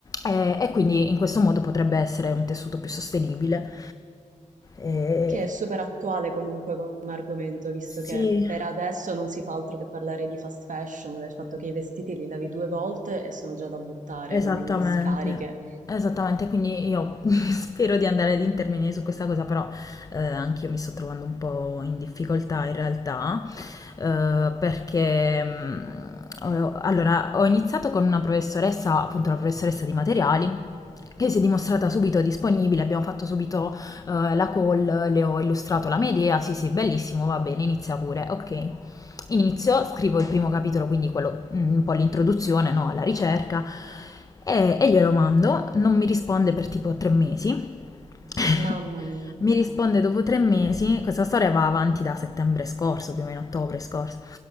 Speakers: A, on the left (about 25°); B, on the right (about 75°).
A: e, e quindi in questo modo potrebbe essere un tessuto più sostenibile. E-
B: che è super attuale comunque come argomento, visto
A: Sì.
B: che per adesso non si fa altro che parlare di fast fashion, del fatto che i vestiti li lavi due volte e sono già da buttare,
A: Esattamente,
B: vanno in discariche.
A: esattamente, quindi io <laughs> spero di andare ad intervenire su questa cosa, però eh, anch'io mi sto trovando un po' in difficoltà in realtà, eh, perché mh, ho- allora, ho iniziato con una professoressa, appunto la professoressa di materiali, che si è dimostrata subito disponibile, abbiamo fatto subito eh, la call, le ho illustrato la mia idea, sì sì, bellissimo, va bene, inizia pure, ok. Inizio, scrivo il primo capitolo, quindi quello, mm, un po' l'introduzione, no, alla ricerca, e, e glielo mando, non mi risponde per tipo tre mesi. <laughs>
B: Mamma mia.
A: Mi risponde dopo tre mesi, questa storia va avanti da settembre scorso, più o meno ottobre scorso.